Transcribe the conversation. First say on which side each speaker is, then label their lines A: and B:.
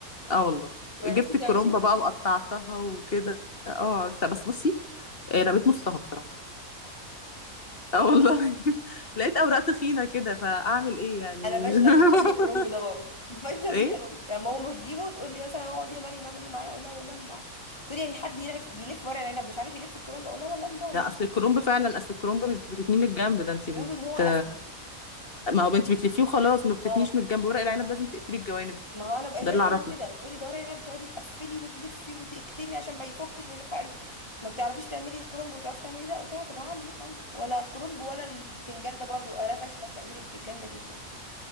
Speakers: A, on the left; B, on the left.
A: اه والله
B: وعرفتي
A: جبت
B: تعمليه
A: الكرومبة بقى وقطعتها وكده اه عرفتها بس بصي آه، رميت نصها بصراحة اه والله <laughs> لقيت اوراق تخينة كده فاعمل ايه يعني
B: انا فاشله جدا
A: <laughs>
B: في الكرنب ده برضه فاشله
A: ايه
B: فيه قوي يعني ماما بتجيبه وتقول لي مثلا اقعد يا مريم اعملي معايا اقول لها والله ما بعرف تقول لي يعني حد يعرف بيلف ورق العنب مش عارف يلف الكرنب اقول لها والله ما بعرف
A: لا
B: ما أعرف.
A: اصل الكرومب فعلا اصل الكرومب مش بتتني من الجنب ده انت
B: يقولوا
A: بت
B: ان هو اسهل
A: ما هو انت بتلفيه وخلاص ما بتتنيش
B: اه
A: من الجنب ورق العنب لازم تقفلي الجوانب
B: ما هو انا بقى هي
A: ده اللي
B: تقول
A: اعرفه
B: لي كده تقول لي ده ورق العنب بتقعدي تقفلي وتلفي وتكتمي عشان ما يفكش ومش عارفه عرفت ما بتعرفيش تعملي الكرنب وتعرفي تعملي ده قلت لها طب هعمل ايه طيب ولا الكرنب ولا البتنجان ده برضه انا فاشله في تقوير البتنجان ده جدا